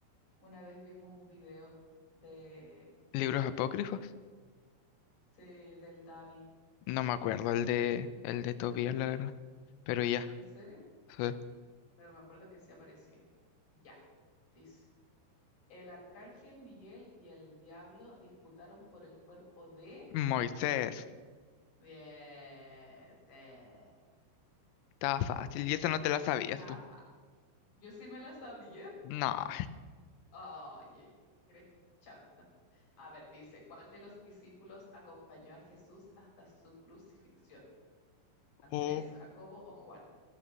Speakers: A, on the left; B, on the left.
A: Una vez vimos un video de,
B: ¿Libros apócrifos?
A: sí, del Davi.
B: No me acuerdo el de, el de Tobías, la verdad. Pero ya.
A: ¿En serio?
B: sí.
A: Pero me acuerdo que sí aparecía. Ya, dice. El arcángel Miguel y el diablo disputaron por el cuerpo de...
B: Moisés.
A: Bien, de...
B: Estaba fácil y esa no te la sabías
A: Cafa.
B: tú.
A: Yo sí me la sabía.
B: No.
A: Oye, eres chanta. A ver, dice, ¿cuál de los discípulos acompañó a Jesús hasta su crucifixión? Andrés,
B: O
A: Jacobo o Juan.